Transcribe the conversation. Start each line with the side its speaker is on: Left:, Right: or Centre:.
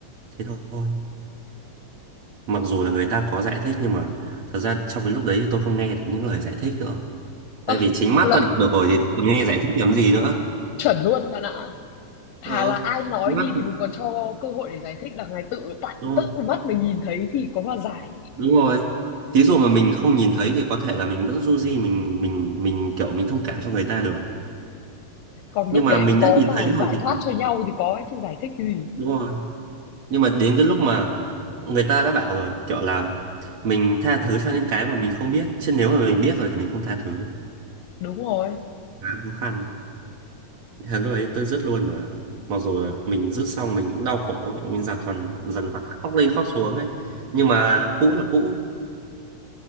Right: Thế thôi. Mặc dù là người ta có giải thích nhưng mà thật ra trong cái lúc đấy thì tôi không nghe được những lời giải thích nữa. rồi,
Left: Ơ,
Right: Tại vì chính mắt
Left: lợ-
Right: tôi đọc được rồi thì tôi còn nghe giải thích làm gì nữa.
Left: chuẩn luôn bạn ạ. Thà
Right: Ờ,
Left: là ai nói
Right: mắt
Left: đi thì mình còn cho cơ hội để giải thích là ngày tự tại
Right: đúng rồi.
Left: tự mắt mình nhìn thấy thì có mà giải.
Right: đúng rồi thí dụ mà mình không nhìn thấy thì có thể là mình vẫn du di mình mình mình kiểu mình thông cảm cho người ta được
Left: Còn
Right: nhưng
Left: lúc
Right: mà
Left: đấy
Right: mình
Left: thì có
Right: đã nhìn
Left: mà
Right: thấy
Left: giải
Right: rồi thì
Left: thoát cho nhau thì có ấy, chứ giải thích cái gì.
Right: đúng rồi nhưng mà đến cái lúc mà người ta đã bảo rồi kiểu là mình tha thứ cho những cái mà mình không biết chứ nếu mà mình biết rồi thì mình không tha thứ
Left: Đúng rồi.
Right: khá khó khăn Thế lúc ấy tôi dứt luôn mà mặc dù là mình dứt xong mình cũng đau khổ mình dằn vặt dằn vặt khóc lên khóc xuống ấy nhưng mà cũ là cũ